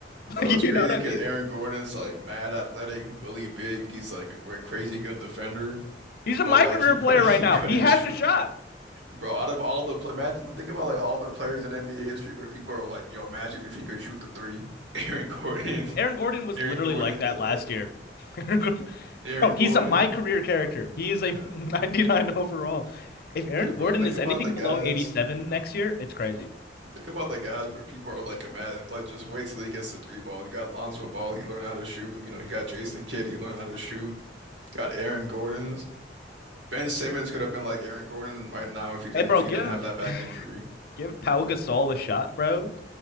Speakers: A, on the right; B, on the left.
A: bro.
B: <laughs>
A: It's
B: You
A: crazy
B: know what
A: because
B: I mean?
A: Aaron Gordon's like mad athletic, really big. He's like a great, crazy good defender,
B: He's
A: but
B: a my
A: like
B: career
A: he couldn't
B: player right
A: <laughs> he
B: now.
A: couldn't
B: He has
A: shoot.
B: a shot.
A: Bro, out of all the pla imagine think about like all the players in NBA history where people are like, "Yo, imagine if he could shoot the three. <laughs> Aaron Gordon,
B: Aaron Gordon was
A: Aaron
B: literally
A: Gordon
B: like that
A: did
B: last
A: that.
B: year. <laughs>
A: Aaron
B: Bro,
A: Gordon,
B: he's a my career character.
A: bro,
B: He is a
A: yeah.
B: <laughs> 99 overall. If Aaron
A: Because
B: Gordon
A: bro, think
B: is
A: about
B: anything
A: the
B: below
A: guys.
B: 87 next year, it's crazy.
A: Think about the guys where people are like, imagine like just wait till he gets the three ball. You got Lonzo Ball, he learned how to shoot. You know, you got Jason Kidd, he learned how to shoot. Got Aaron Gordon's. Ben Simmons could have been like Aaron Gordon right now if he did
B: Hey, bro,
A: if he
B: give
A: didn't have that back injury,
B: Give Pau Gasol a shot, bro.